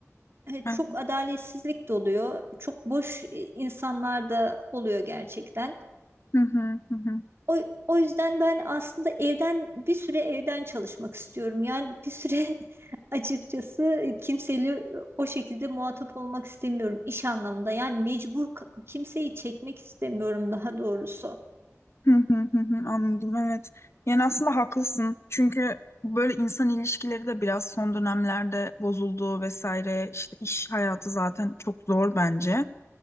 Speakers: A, on the right (about 50°); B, on the left (about 55°).
A: e,
B: Ha,
A: çok adaletsizlik de oluyor. Çok boş e, insanlar da oluyor gerçekten.
B: Hı hı hı. hı.
A: O, o yüzden ben aslında evden bir süre evden çalışmak istiyorum. Yani bir süre <laughs> açıkçası kimseyle e, o şekilde muhatap olmak istemiyorum iş anlamında. Yani mecbur k- kimseyi çekmek istemiyorum daha doğrusu.
B: Hı hı hı hı, anladım evet. Yani aslında haklısın. Çünkü böyle insan ilişkileri de biraz son dönemlerde bozuldu vesaire. İşte iş hayatı zaten çok zor bence.